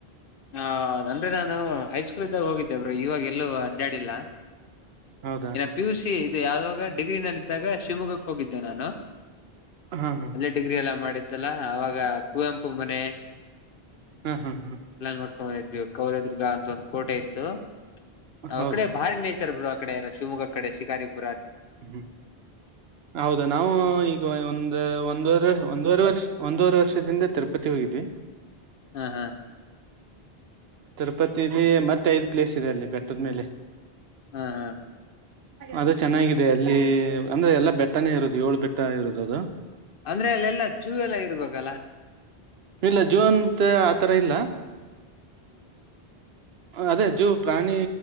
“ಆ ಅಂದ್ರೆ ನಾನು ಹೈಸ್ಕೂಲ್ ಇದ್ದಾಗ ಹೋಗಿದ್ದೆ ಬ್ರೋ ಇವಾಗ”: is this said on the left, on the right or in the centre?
Left